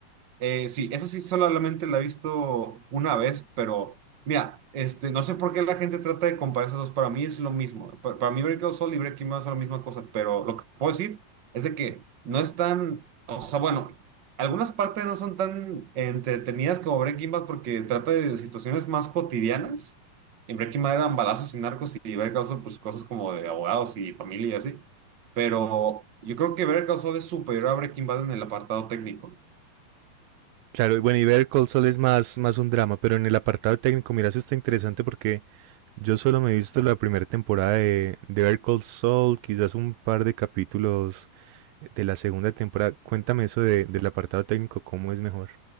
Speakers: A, on the right; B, on the right.
A: Eh, sí, esa sí solamente la he visto una vez, pero mira, este, no sé por qué la gente trata de comparar esas dos. Para mí es lo mismo. Pa- Para, mí Breaking Soul y Breaking Bad son la misma cosa, pero lo que puedo decir es de que no están, o sea, bueno, algunas partes no son tan entretenidas como Breaking Bad porque trata de situaciones más cotidianas. En Breaking Bad eran balazos y narcos y Better Call Saul, pues cosas como de abogados y familia y así. Pero yo creo que Better Call Saul es superior a Breaking Bad en el apartado técnico.
B: Claro, y bueno, y Better Call Saul es más, más un drama, pero en el apartado técnico, mira, eso está interesante porque yo solo me he visto la primera temporada de, de Better Call Saul, quizás un par de capítulos de la segunda temporada. Cuéntame eso de- del apartado técnico, cómo es mejor.